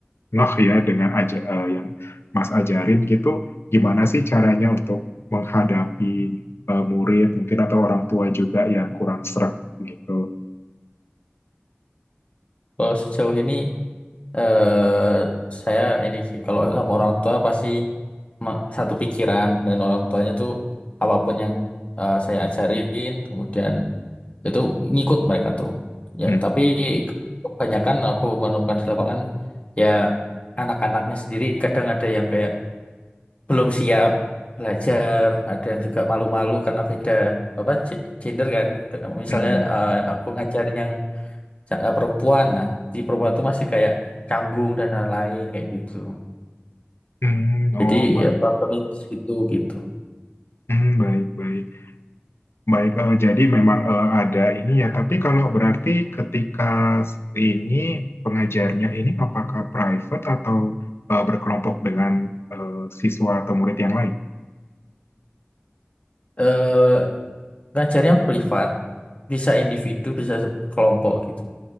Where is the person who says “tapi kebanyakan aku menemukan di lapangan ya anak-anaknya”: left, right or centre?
Left